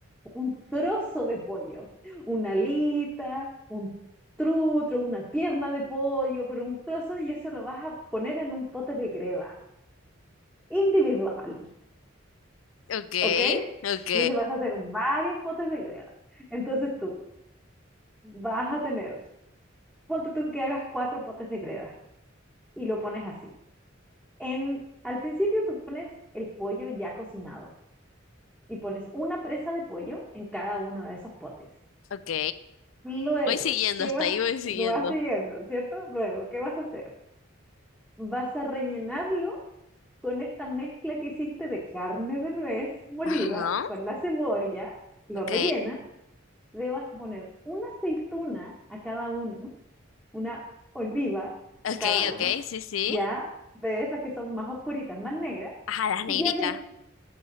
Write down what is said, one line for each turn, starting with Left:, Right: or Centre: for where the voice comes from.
Centre: un trozo de pollo, una alita, un trutro, una pierna de pollo, pero un trozo y eso lo vas a poner en un pote de greda individual,
Left: Ok,
Centre: ¿ok?
Left: ok,
Centre: Entonces vas a hacer varios potes de greda. Entonces tú vas a tener, ponte tú que hagas cuatro potes de greda y lo pones así. En, al principio tú pones el pollo ya cocinado y pones una presa de pollo en cada uno de esos potes.
Left: ok.
Centre: Luego,
Left: Voy siguiendo,
Centre: ¿qué
Left: hasta
Centre: vas?
Left: ahí voy siguiendo.
Centre: Lo vas siguiendo, ¿cierto? Luego, ¿qué vas a hacer? Vas a rellenarlo con esta mezcla que hiciste de carne de res molida,
Left: Ajá.
Centre: con la cebolla, lo
Left: Ok,
Centre: rellenas, le vas a poner una aceituna a cada uno, una oliva
Left: ok,
Centre: a cada uno,
Left: ok, sí, sí.
Centre: ya de esas que son más oscuritas, más negras,
Left: Ajá, las negritas.
Centre: y además,